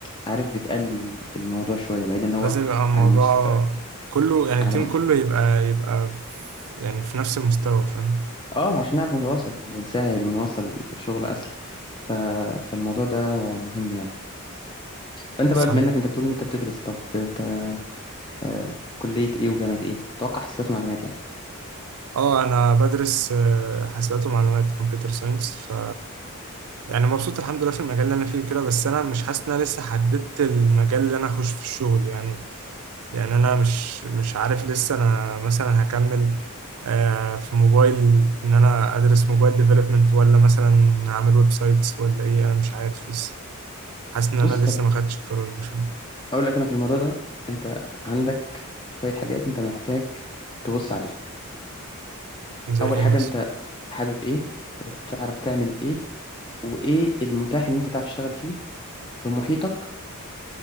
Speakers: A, on the left (about 20°); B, on the right (about 80°).
A: عارف بتقلل الموضوع شوية بعيدا ان هو
B: لازم يبقى الموضوع
A: على المست
B: كله يعني التيم
A: على م-
B: كله يبقى يبقى في- يعني في نفس المستوى فاهم
A: اه عشان نعرف نتواصل ونسهل ونوصل شغل اسرع ف... فالموضوع ده مهم يعني فانت
B: صح
A: بقى بما انك انت بتقول ان انت بتدرس طب انت آه كلية ايه وجامعة ايه اتوقع حسابات ومعلومات يعني
B: اه انا بدرس آه، حاسبات ومعلومات كمبيوتر ساينس ف يعني مبسوط الحمد لله في المجال اللي انا فيه وكده بس انا مش حاسس ان انا لسه حددت المجال اللي انا اخش في الشغل يعني يعني انا مش مش عارف لسه انا مثلا هكمل آه، في موبايل ان انا ادرس موبايل ديفلوبمنت ولا مثلا هعمل ويب سايتس ولا ايه انا مش عارف لسه حاسس ان انا
A: بص طب
B: لسه ما خدتش القرار ده فاهم
A: اقول لك انا في الموضوع ده انت عندك شوية حاجات انت محتاج تبص عليها
B: زي
A: اول
B: ايه
A: حاجة
B: مثلا
A: انت حابب ايه وبتعرف تعمل ايه وايه المتاح ان انت تعرف تشتغل فيه في محيطك